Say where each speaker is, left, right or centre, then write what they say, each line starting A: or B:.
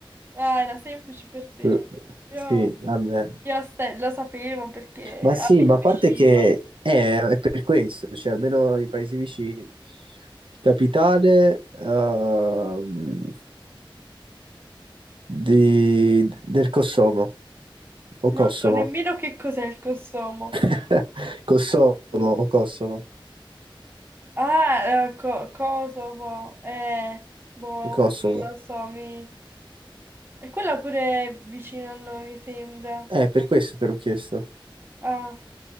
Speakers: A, on the right; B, on the right.
A: Ah, era semplice per te.
B: L-
A: Io,
B: Sì, vabbè.
A: io a Ste- lo sapevo perché
B: Ma sì,
A: abito
B: ma a
A: vicino.
B: parte che eh, è per questo, cioè almeno i paesi vicini. Capitale ehm, di- del Kosovo o Kosovo.
A: Non so nemmeno che cos'è il Kosovo.
B: <laughs> Kosovo o Kosovo.
A: Ah, eh, Co- Kosovo, eh, boh,
B: Kosovo.
A: non lo so, mi... E quella pure è vicino a noi, mi sembra.
B: Eh, per questo te l'ho chiesto.
A: Ah,